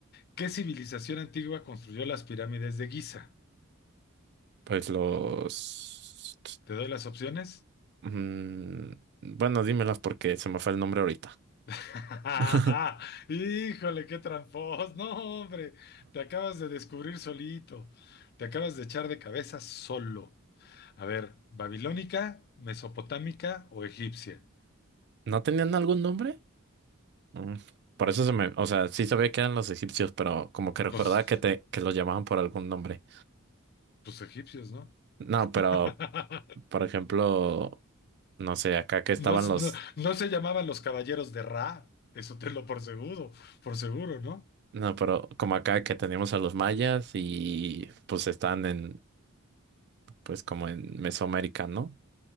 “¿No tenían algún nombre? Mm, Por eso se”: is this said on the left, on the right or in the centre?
Right